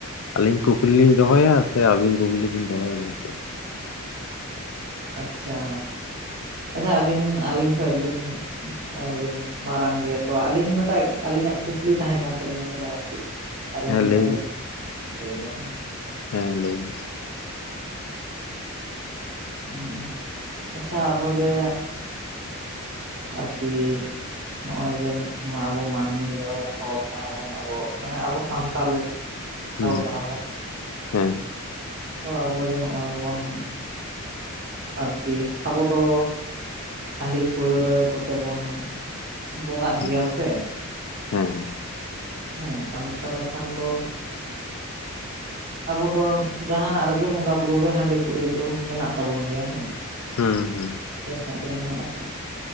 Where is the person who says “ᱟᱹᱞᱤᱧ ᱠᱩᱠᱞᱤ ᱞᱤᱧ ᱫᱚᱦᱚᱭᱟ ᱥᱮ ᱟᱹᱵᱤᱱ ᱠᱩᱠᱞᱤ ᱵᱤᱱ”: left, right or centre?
Left